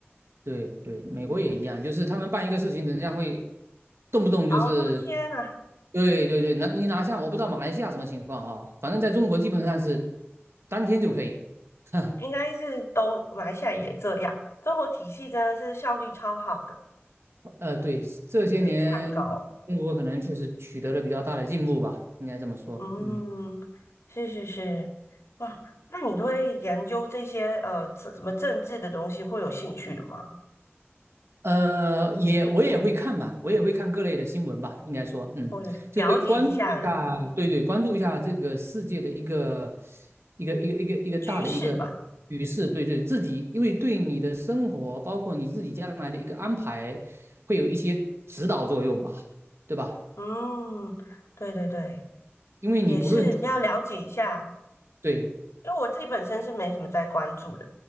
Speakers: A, on the right (about 70°); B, on the left (about 80°).
A: 对对，美国也一样，就是他们办一个事情，人家会动不动就是，
B: 好多天啊。
A: 对对对，拿你拿下，我不知道马来西亚什么情况啊，反正在中国基本上是当天就可以。<laughs>
B: 应该是都马来西亚也这样。中国体系真的是效率超好的，
A: 呃，对，这些年
B: 非常高。
A: 中国可能确实取得了比较大的进步吧，应该这么说。
B: 嗯，
A: 嗯，
B: 是是是，哇，那你对研究这些呃这什么政治的东西会有兴趣的吗？
A: 呃，也我也会看吧，我也会看各类的新闻吧，应该说，嗯，
B: 我了解一下而已
A: 就是关注一下，对对，关注一下这个世界的一个一个一个一个一个大的一个
B: 局势吧。
A: 局势，对对，自己因为对你的生活，包括你自己将来的一个安排，会有一些指导作用吧，对吧？
B: 嗯，对对对，
A: 因为你不论从
B: 也是要了解一下。
A: 对，
B: 因为我自己本身是没怎么在关注的，